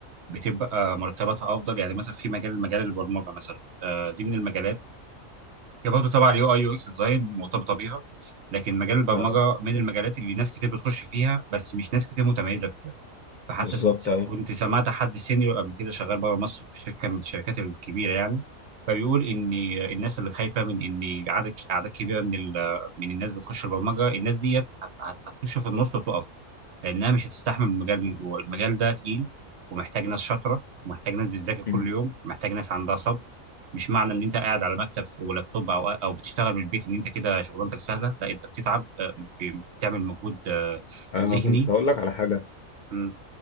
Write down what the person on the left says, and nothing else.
اه
بالظبط
أيوة
مم.
أنا
كنت هقول لك على حاجة